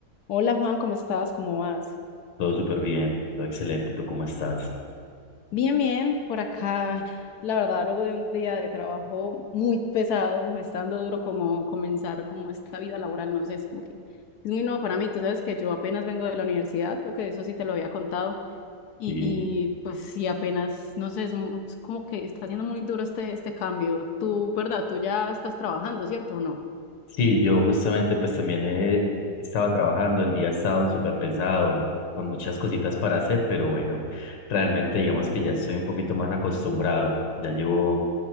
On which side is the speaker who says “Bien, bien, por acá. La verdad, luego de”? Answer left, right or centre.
Left